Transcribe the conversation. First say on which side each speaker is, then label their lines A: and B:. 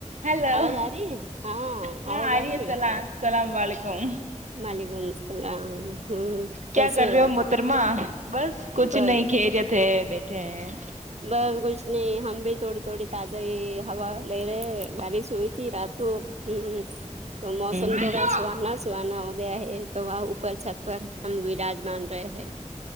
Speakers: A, on the right (about 75°); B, on the right (about 60°).
A: hello
B: آواز آ رہی ہے
A: ہاں
B: آواز
A: آ ری
B: رہی
A: ہے سلام سلام وعلیکم
B: وعلیکم السلام ہمم کیسے
A: کیا کر رہے
B: ہو
A: محترمہ بس کچھ
B: بس
A: نہیں خیر یت ہے بیٹھے ہیں
B: بس کچھ نہیں ہم بھی تھوڑی تھوڑی تازہ ہی ہوا لے رہے ہیں بارش ہوئی تھی رات تو ہمم تو موسم
A: ہمم
B: تھوڑا سہانا سہانا ہو گیا ہے تو وہاں اوپر چھت پر ہم وراجمان رہے ہیں